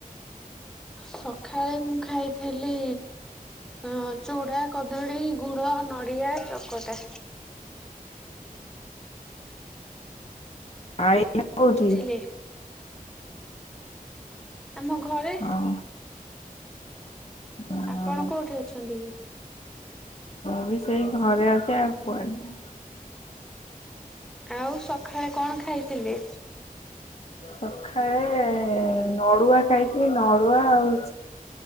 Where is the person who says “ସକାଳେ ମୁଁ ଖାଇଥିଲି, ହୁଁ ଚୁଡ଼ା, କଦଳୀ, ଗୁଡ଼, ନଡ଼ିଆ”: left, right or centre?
Centre